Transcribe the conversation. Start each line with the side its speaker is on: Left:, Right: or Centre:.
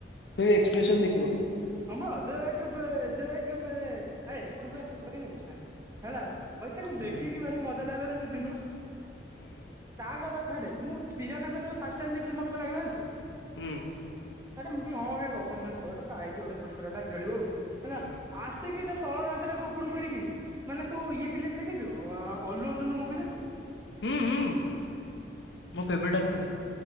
Left: କହିବେ ଏକ୍ସପ୍ରେସନ ଦେଖିବ।
Right: ହଁବ ଦେଖେବେ ଦେଖେବେ ହେଏଁ ଏପଟକୁ ଆ ସେପଟ କୁ କାହିଁ ଯାଉଛୁ ଆ ହେଲା। ଭାଇ ତାକୁ
Left: ହୁଁ।
Right: ଦେଖିକି ଭାରି ମଜା ଲାଗିଲା ନାଁ ସେଦିନ
Left: ହୁଁ।
Right: ତା କଥା ଛାଡେ। ମୁଁ ପିରାନା କୁ ଯେତେବେଳେ ଫାଷ୍ଟ ଟାଇମ ଦେଖିଲି ମୋତେ କଣ ଲାଗିଲା ଜାଣିଛୁ?
Left: ହୁଁ।
Right: ଥୂ ନାଁ ନାଁ ମୁଁ ବି ହଁ ବେ ଦଶମ ଶ୍ରେଣୀ ଛୁଆଟା ତୁ ତ ଆଇଛୁ ଗୋଟେ ଛୋଟ ପିଲାଟା ଖେଳୁ ହେଲା
Left: ହୁଁ
Right: ଆସିକି ଯେ ତଳ ଦାନ୍ତ ଟାକୁ ଉପରକୁ କରିକି ମାନେ ତୁ ଇଏ ଫିଲ୍ମ ଦେଖିଛୁ ଉଁମଁ ଅଲ୍ଲୁଅର୍ଜୁନର ମୁଭି ଦେଖୁ?
Left: ହୁଁ ହୁଁ। ମୋ ଫେବରାଇଟ୍ ଆଡକ୍ଟର।